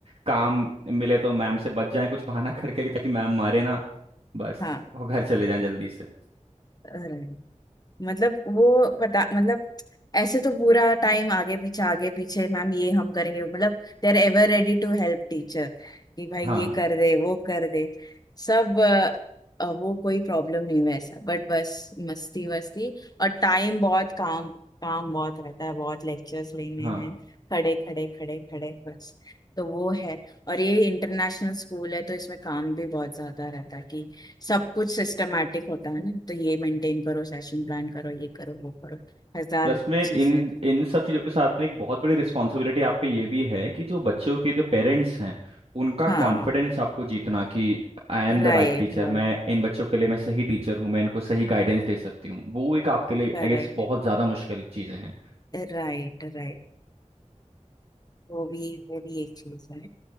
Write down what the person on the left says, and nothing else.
हाँ
राइट मतलब वो पता मतलब ऐसे तो पूरा टाइम आगे पीछे आगे पीछे मैम ये हम करेंगे मतलब they are ever ready to help teacher कि भाई
ये कर दे वो कर दे सब अ, अ, वो कोई प्रॉब्लम नहीं वैसा बट बस मस्ती वस्ती और टाइम बहुत काम काम बहुत रहता है बहुत लेक्चर्स लेने
हैं खड़े खड़े खड़े खड़े बस तो वो है और ये इंटरनेशनल स्कूल है तो इसमें काम भी बहुत ज्यादा रहता है कि सब कुछ सिस्टमेटिक होता है ना तो ये मेंटेन करो सेशन प्लान करो ये करो वो करो हजार
चीजें
हाँ
right
right
Correct
Right right वो भी वो भी एक चीज है